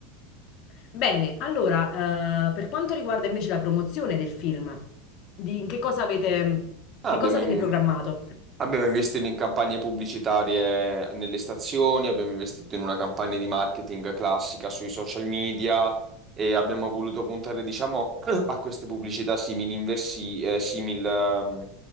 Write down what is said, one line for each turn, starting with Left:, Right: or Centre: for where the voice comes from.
Left: Bene, allora, eh, per quanto riguarda invece la promozione del film, di in che cosa avete,
Right: Ah,
Left: che
Right: abbiamo,
Left: cosa avete programmato?
Right: Abbiamo investito in campagne pubblicitarie nelle stazioni, abbiamo investito in una campagna di marketing classica sui social media e abbiamo voluto puntare, diciamo, <clears throat> a queste pubblicità simili, inversi, eh, simil, ehm,